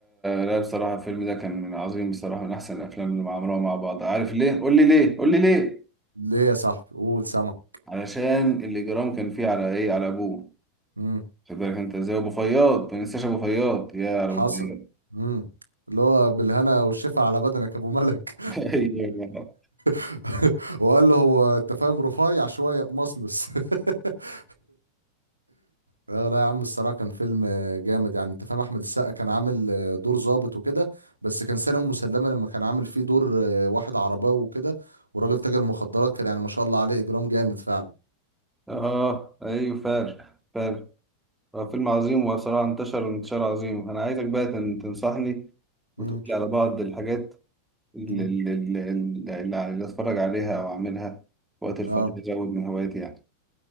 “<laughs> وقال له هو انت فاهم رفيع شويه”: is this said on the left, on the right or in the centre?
Right